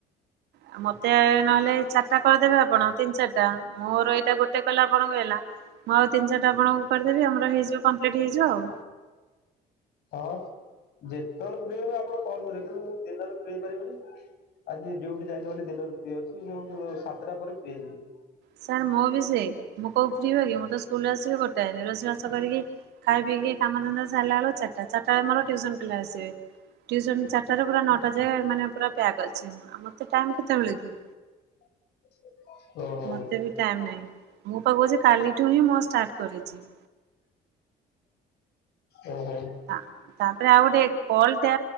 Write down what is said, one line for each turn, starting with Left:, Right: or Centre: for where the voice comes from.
Right: ଆ ମତେ ନହେଲେ ଚାରିଟା କରିଦେବେ ଆପଣ ତିନି ଚାରିଟା। ମୋର ଏଇଟା ଗୋଟେ କଲା ଆପଣଙ୍କୁ ହେଲା ମୁଁ ଆଉ ତିନ ଚିଟା ଆପଣଙ୍କୁ କରିଦେବି ଆମର ହେଇଯିବ ପା ପ୍ଲେଟ୍ ହେଇଯିବ ଆଉ।
Left: ହଁ ଯେତେବେଳେ ପ୍ରିୟ ହଁ ଆପଣ କଣ କରିବେ କିନ୍ତୁ ମୁଁ ଦିନରେ ହେଇପାରିବିନି ଆଜି ଡ୍ୟୁଟି ଯାଇନି ବୋଲି ଦିନରେ ଫ୍ରି ଅଛି ମୁଁ ସାତଟା ପରେ ଫ୍ରି ହେଇଯିବି।
Right: ସାର୍ ମୁଁ ବି ସେ ମୁଁ କୋଉ ଫ୍ରି ହୁଏ କି ମୁଁ ତ ସ୍କୁଲରେ ଆସିବି ଗୋଟିଏ ରୋଷେଇ ବାସ କରିକି କା ବିି କାମଧନ୍ଦା ସାରିଲା ବେଳକୁ ଚାରିଟା ଚାରିଟା ବେଳକୁ ମୋର ଟୁଇସନ ପିଲା ଆସିବେ। ଟ୍ୟୁସନ ଚାରିଟାରେ ପୁରା ନଅଟା ଯାଏ ମାନେ ପୁରା ପ୍ୟାକ୍ ଅଛି ମୁଁ। ଆଉ ମୋତେ ଟାଇମ୍ କେତେବେଳେ କି?
Left: <inaudible> ଓହୋ
Right: ମତେ ବି ଟାଇମ ନାହିଁ ମୁଁ ପା କହୁଛି କାଲିଠୁ ହିଁ ମୁଁ ଷ୍ଟାର୍ଟ କରିଛି।
Left: ଓ ହୋ।
Right: ହଁ ତାପରେ ଆଉ ଗୋଟେ